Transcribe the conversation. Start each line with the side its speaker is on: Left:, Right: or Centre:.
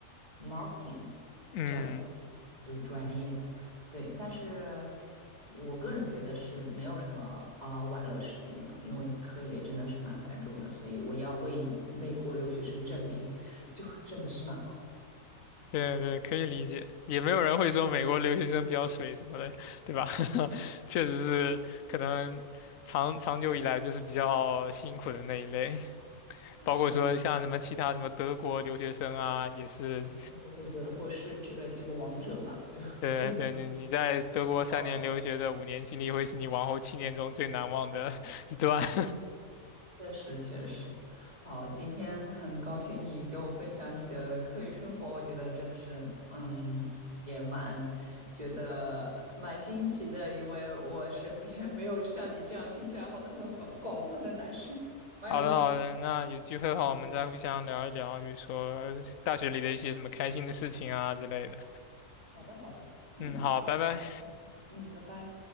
Right: marketing
Left: 嗯，
Right: 这样的这个专业，对，但是我个人觉得是没有什么啊、呃玩乐时间的，因为课业真的是蛮繁重的，所以我要为美国留学生证明，<laughs> 就真的是蛮忙。
Left: 对对，可以理解，也没有人会说美国留学生比较水什么的，对吧？<laughs> 确实是可能长长久以来就是比较辛苦的那一类，
Right: 嗯，
Left: 包括说像什么其他什么德国留学生啊，
Right: 哎呀，
Left: 也是
Right: 对对对，德国是这个这个王者嘛，就就。
Left: 对对，你你在德国三年留学的五年经历，
Right: 哦。
Left: 会是你往后七年中最难忘的 <laughs> 一段。<laughs>
Right: 确实确实，哦，今天很高兴你给我分享你的课余生活，我觉得真的是，嗯，也蛮觉得蛮新奇的，因为我身边 <laughs> 没有像你这样兴趣爱好那么广广泛的男生，蛮有意思的。
Left: 好的好的，那有机会的话，
Right: 嗯，
Left: 我们再互相聊一聊，比如说大学里的一些什么开心的事情啊之类的。
Right: 好的好的，嗯，
Left: 嗯，好，
Right: 好，
Left: 拜拜。
Right: 那就嗯，拜拜。